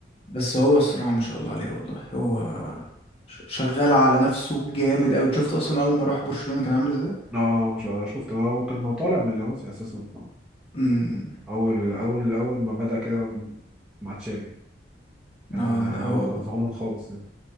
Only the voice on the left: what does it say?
بس هو الصراحة ما شاء الله عليه والله هو
ش- شغال على نفسه جامد أوي شفت أصلا أول ما راح برشلونة كان عامل ازاي؟
مم.
اه
لا هو